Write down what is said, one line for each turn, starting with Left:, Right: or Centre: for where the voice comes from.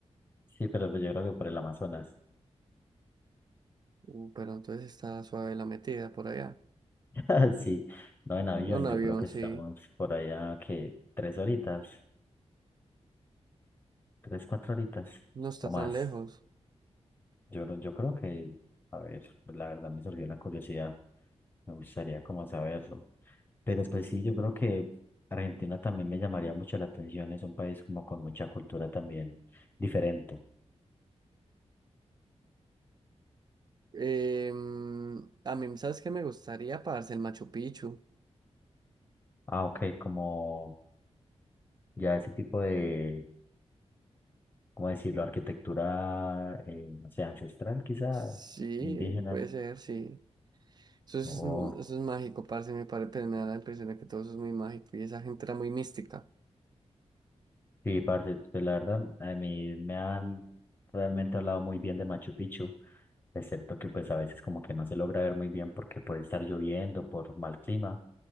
Left: Sí, pero pues yo creo que por el Amazonas.
Right: Uh, pero entonces está suave la metida por allá.
Left: <laughs> Sí, no en avión,
Right: Un avión,
Left: yo creo que estamos
Right: sí.
Left: por allá que tres horitas, tres, cuatro horitas
Right: No está
Left: o
Right: tan
Left: más.
Right: lejos.
Left: Yo, no- yo creo que, a ver, pues la verdad me surgió la curiosidad, me gustaría como saberlo. Pero pues sí, yo creo que Argentina también me llamaría mucho la atención, es un país como con mucha cultura también diferente.
Right: Em, a mí, ¿sabes qué me gustaría? Parce, el Machu Picchu.
Left: Ah, ok, como ya ese tipo de, ¿cómo decirlo? Arquitectura, eh, no sé, ancestral quizá,
Right: Sí,
Left: indígena.
Right: puede ser, sí. Eso es,
Left: Oh,
Right: eso es mágico, parce. Me, pare- pues, me da la impresión de que todo eso es muy mágico. Y esa gente era muy mística.
Left: sí, parce, pues la verdad, a mí me han realmente hablado muy bien de Machu Picchu, excepto que pues a veces como que no se logra ver muy bien porque puede estar lloviendo por mal clima,